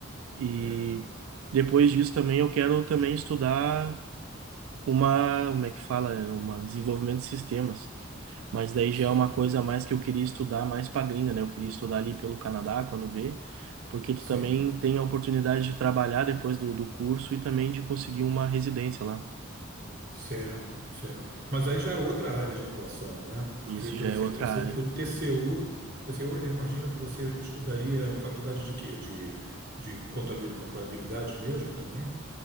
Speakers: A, on the right; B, on the right.
A: E
B: é, né?
A: depois disso também eu quero também estudar uma, como é que fala? É, Uma desenvolvimento de sistemas. Mas daí
B: Certo,
A: já é uma coisa a mais que eu queria estudar mais pra gringa, né? Eu queria estudar ali pelo Canadá, quando vê, porque tu
B: sim.
A: também tem a oportunidade de trabalhar depois do, do curso e também de conseguir uma residência lá.
B: Certo, certo. Mas aí já é outra área de atuação, não é? Porque,
A: Isso
B: por
A: já
B: exemplo,
A: é outra
B: você
A: área.
B: para o TCU, TCU, eu imagino que você estudaria faculdade de quê? De, de contabil- contabilidade mesmo também?